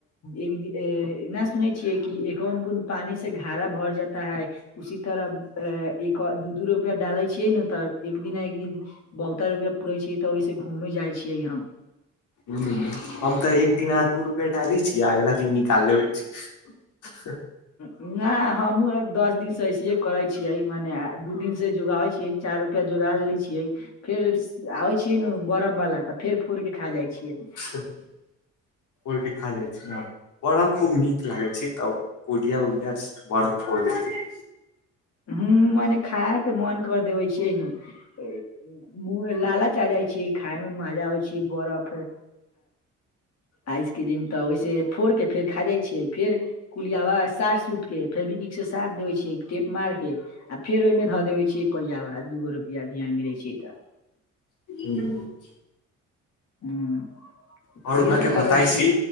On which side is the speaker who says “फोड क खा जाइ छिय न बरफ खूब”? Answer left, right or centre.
Left